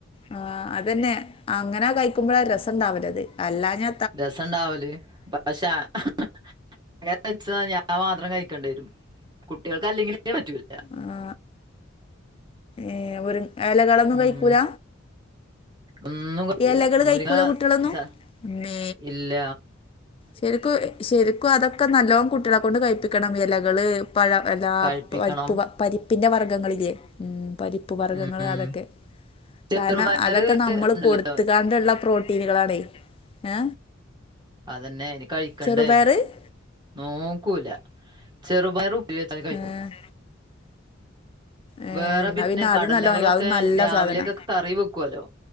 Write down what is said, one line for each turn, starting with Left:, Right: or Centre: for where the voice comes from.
Left: ആ അതന്നെ. അങ്ങനാ കഴിക്കുമ്പോഴാ രസം ഉണ്ടാവില്ലത് അല്ലാ ഞ
Right: രസംണ്ടാവല്. പ പക്ഷെ ആ അങ്ങന വെച്ച ഞാൻ മാത്രം കഴിക്കണ്ടിരും. കുട്ടികൾക്ക് അല്ലെങ്കിലെ പറ്റൂല്ല.
Left: ആ ഏ ഒരു ഇലകളൊന്നും
Right: ഉം
Left: കഴിക്കൂല.
Right: ഒന്നും കഴിക്കൂല.
Left: ഇലകൾ
Right: മുരിങ്ങ
Left: കഴിക്കൂല കുട്ടികളൊന്നും
Right: ച്ച
Left: അമ്മേ
Right: ഇല്ല.
Left: ശരിക്കും ശരിക്കും അതൊക്കെ നല്ലോണം കുട്ടികളെ കൊണ്ട് കഴിപ്പിക്കണം. ഇലകള് പഴ എല്ലാ
Right: കഴിപ്പിക്കണം
Left: പരിപ്പ് പരിപ്പിന്റെ വർഗ്ഗങ്ങളിലേ ഉം. പരിപ്പ് പ്പ വർഗങ്ങൾ
Right: ഉം
Left: അതൊക്കെ.
Right: ചെറുപയറ്
Left: കാരണം അതൊക്കെ നമ്മൾ
Right: ഉണ്ടല്ലോ
Left: കൊടു ത്തക്കാണ്ടുള്ള പ്രോട്ടീനുകളാണേ. ഏ
Right: അതെന്നെ. ഇനി കഴിക്കണ്ടേ.
Left: ചെറുപയറ്
Right: നോക്കൂല്ല. ചെറുപയറും <unintelligible> ച്ചാല് കഴിക്കും'
Left: ഏഹ് ഏഹ്
Right: വേറെ
Left: എന്നാ
Right: പിന്നെ കടലകളൊക്കെ
Left: അത് നല്ലോം കഴിക്കും അതും നല്ല
Right: രാവിലെയൊക്കെ
Left: സാധനാ
Right: കറി വെക്കുല്ലോ?